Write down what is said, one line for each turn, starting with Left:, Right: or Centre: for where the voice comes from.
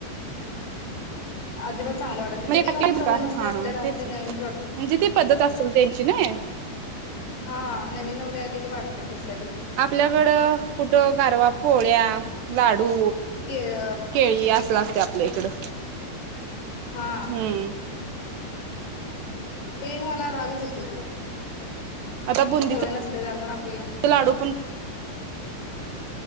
Left: अजिबा चांगल वाटत नाही
Right: म्हणजे
Left: कधी
Right: वाटी
Left: खाऊन सवय
Right: का
Left: नसते
Right: हा
Left: आपल्याला
Right: तेच
Left: ते नवीन वाटत
Right: म्हणजे ती पद्धत असेल त्यांची नाय
Left: हा नवीन नवरी आली वाट ते स
Right: आपल्याकडं कुठं गारवा पोळ्या लाडू
Left: केळ,
Right: केळी असलं असतय आपल्या इकडं
Left: ह
Right: हम्म
Left: ते मला रो सवय
Right: आता बुंदीचा
Left: नसते. त्यामुळे आपल्याला
Right: लाडू पण